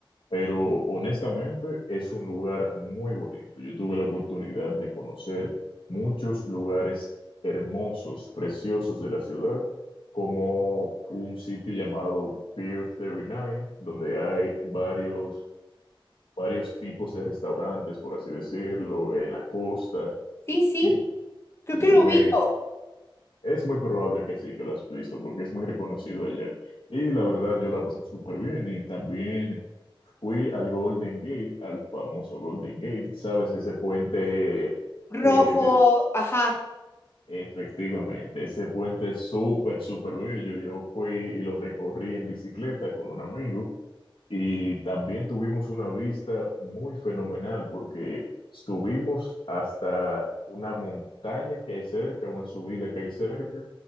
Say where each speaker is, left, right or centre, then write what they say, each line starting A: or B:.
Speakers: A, on the left; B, on the left.
A: pero honestamente es un lugar muy bonito. Yo tuve la oportunidad de conocer muchos lugares hermosos, preciosos de la ciudad, como un sitio llamado Pier 39, donde hay varios, varios tipos de restaurantes, por así decirlo, en la costa,
B: Sí, sí,
A: tipos
B: creo que
A: de
B: lo
A: juegos
B: ubico.
A: es muy probable que sí, que lo has visto, porque es muy reconocido allá. Y la verdad, yo la pasé súper bien y también fui al Golden Gate, al famoso Golden Gate, ¿sabes? Ese puente
B: Rojo,
A: que le...
B: ajá.
A: Efectivamente, ese puente es súper, súper bello. Yo fui y lo recorrí en bicicleta con un amigo y también tuvimos una vista muy fenomenal porque subimos hasta una montaña que hay cerca, una subida que hay cerca